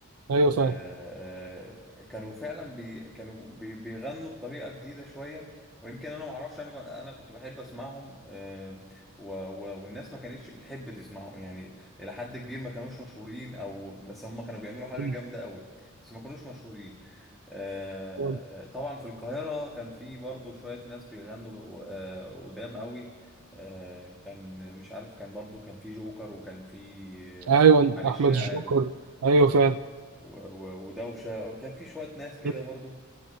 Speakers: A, on the right; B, in the centre.
A: ايوه
B: آه،
A: فاهم
B: آه، كانوا فعلا بي كانوا بي بيغنوا بطريقة جديدة شوية ويمكن انا ما اعرفش انا انا كنت بحب اسمعهم آه، و و والناس ما كانتش بتحب تسمعهم يعني الى حد كبير ما كانوش مشهورين او بس هم كانوا بيعملوا حاجة
A: مم.
B: جامدة قوي بس ما كانوش مشهورين آه،
A: مم.
B: طبعا في القاهرة كان في برضو شوية ناس بيغنوا آه، قدام قوي آه، كان مش عارف كان برضو كان في جوكر وكان في آه،
A: ايوه
B: علي الشاعر
A: احمد الجوكر
B: و...
A: ايوه
B: و-
A: فعلا
B: و- ودوشه وكان في شويه ناس كده
A: مم.
B: برضو